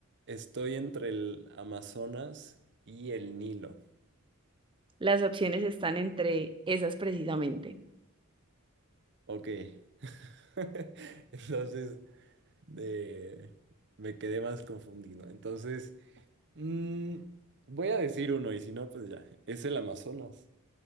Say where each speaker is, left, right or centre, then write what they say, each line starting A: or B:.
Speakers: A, on the right; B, on the right.
A: estoy entre el Amazonas y el Nilo.
B: Las opciones están entre esas precisamente.
A: Ok. <laughs> Entonces, de- me quedé más confundido. Entonces, mm, voy a decir uno y si no, pues ya. Es el Amazonas.